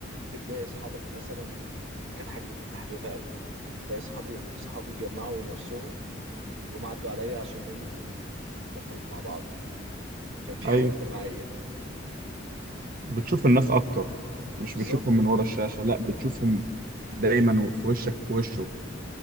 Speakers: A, on the right (about 80°); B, on the right (about 45°).
A: بتلاقي اصحابك مثلا دي كانت حاجة كنت حاببها قوي تلاقي اصحابي اصحابي جمعوا نفسهم وجم عدوا عليا عشان ننزل نخرج مع بعض كان في
B: ايوه
A: حياة اجتماعية
B: بتشوف الناس اكتر مش
A: بالظبط
B: بتشوفهم من ورا الشاشه لا بتشوفهم دايما في وشك في وشه